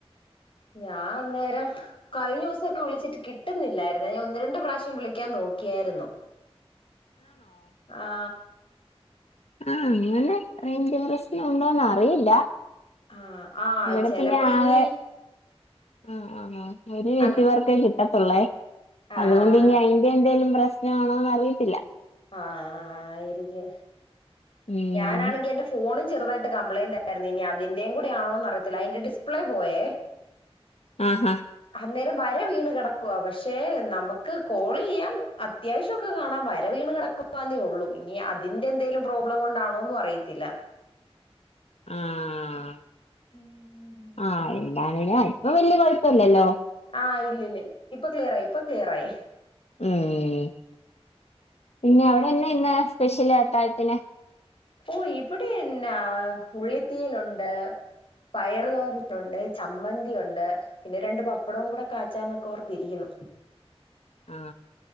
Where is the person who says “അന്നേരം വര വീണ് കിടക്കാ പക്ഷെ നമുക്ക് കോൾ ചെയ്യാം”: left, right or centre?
Left